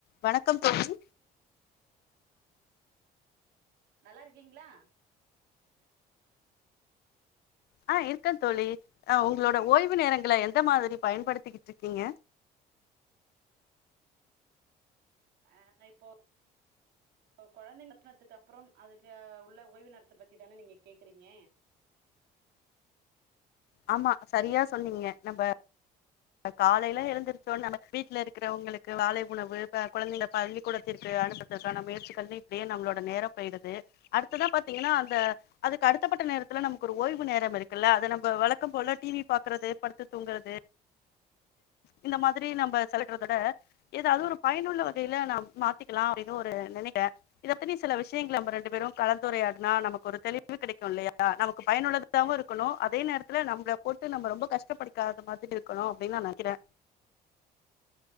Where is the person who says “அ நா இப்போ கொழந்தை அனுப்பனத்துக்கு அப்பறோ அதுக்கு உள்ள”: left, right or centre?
Right